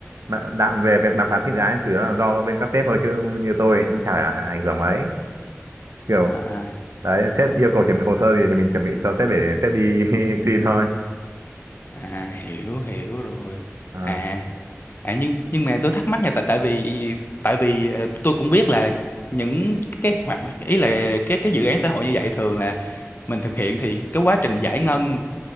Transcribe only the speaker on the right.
mà đạm về việc đàm phán sinh giá chủ yếu là do bên các sếp thôi chứ như tôi cũng chả ảnh hưởng mấy kiểu
đấy sếp yêu cầu chuẩn bị hồ sơ gì thì mình chuẩn bị cho sếp để sếp đi <laughs> xin thôi
à,